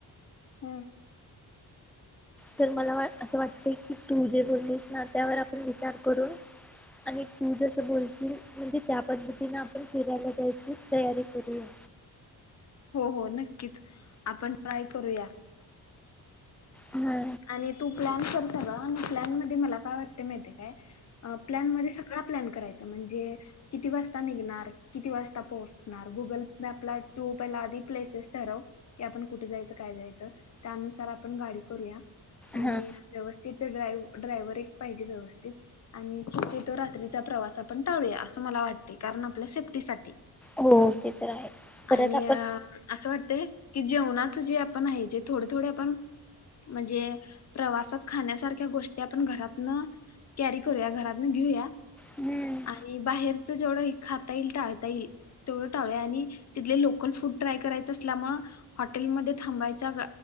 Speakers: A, on the left (about 40°); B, in the centre.
A: हम.
B: तर मला वा असं वाटतंय की तू जे बोललीस ना! त्यावर आपण विचार करून आणि तू जस बोलशील म्हणजे त्या पद्धतीने आपण फिरायला जायची तयारी करूया.
A: हो हो नक्कीच आपण ट्राय करूया.
B: हम्
A: आणि तू प्लॅन कर सगळा आणि प्लॅन मध्ये मला काय वाटतंय माहितय काय, अ प्लॅनमध्ये सगळा प्लॅन कराय च म्हणजे किती वाजता निघणार, किती वाजता पोचणार, गुगल मॅप ला तू पाहिला आधी प्लेसेस ठरव की आपण कुठे जायचं, काय जायचं त्यानुसार आपण गाडी करूया. आणि
B: हा
A: व्यवस्थित ते ड्राय ड्रायवर एक पायजे व्यवस्थित आणि शक्यतो रात्रीचा प्रवास आपण टाळूया. असं मला वाटते कारण आपल्या सेफ्टीसाठी.
B: हो ते तर आहे परत
A: आणि
B: आपण
A: अ असं वाटतंय की जेवणात जे आपण आहे जे थोडे, थोडे आपण म्हणजे प्रवासात खाण्यासारख्या गोष्टी आपण घरातन कॅरी करूया, घरात न घेऊया
B: हम्म
A: आणि बाहेर जेवढं हे खाता येईल, टाळता येईल, तेवढं टाळूया आणि तिथले लोकल फूड ट्राय करायचं असल्यामुळे हॉटेलमध्ये थांबायच्या